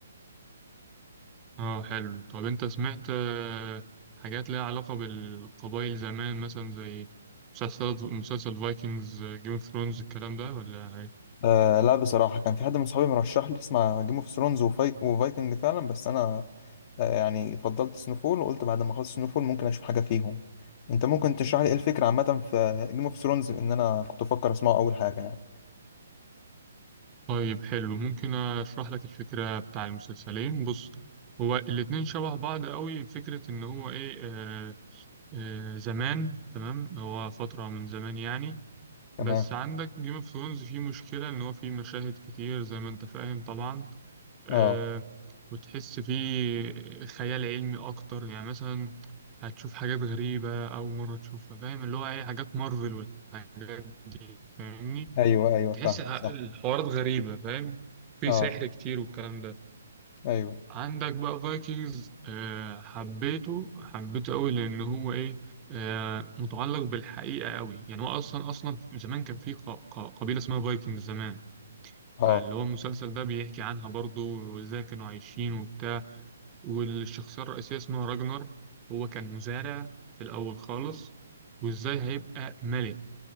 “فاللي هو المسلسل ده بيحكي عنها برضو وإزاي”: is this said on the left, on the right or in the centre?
Right